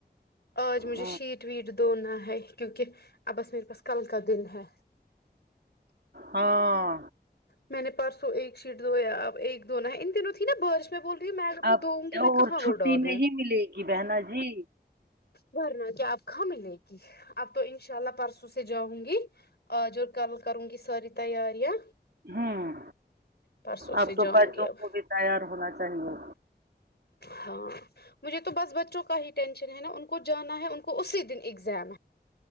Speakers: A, on the left (about 75°); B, on the right (about 70°).
A: آج مجھے
B: ہاں
A: شیٹ ویٹ دھونا ہے کیونکہ اب بس میرے پاس کل کا دن ہے
B: ہاں
A: میں نے پرسوں ایک شیٹ دھویا اب ایک دو نا ہے ان دنوں تھی نا با رش میں بول رہی میں اگر وہ
B: اب
A: دھوگی میں
B: اور
A: کہاں
B: چھٹی
A: وہ ڈالوں
B: نہیں ملے گی بہنا جی
A: ور نا کیا آپ کھا ملے گی اب تو ان شاء اللہ پرسوں سے جاؤں گی آج اور کل کروں گی ساری تیاریاں
B: امم
A: پرسوں
B: اب
A: سے
B: تو
A: جاؤں
B: بچوں
A: گی اب
B: کو بھی تیار ہونا چاہیے
A: ہاں مجھے تو بس بچوں کا ہی ٹینشن ہے نا ان کو جانا ہے ان کو اسی دن ایگزام ہے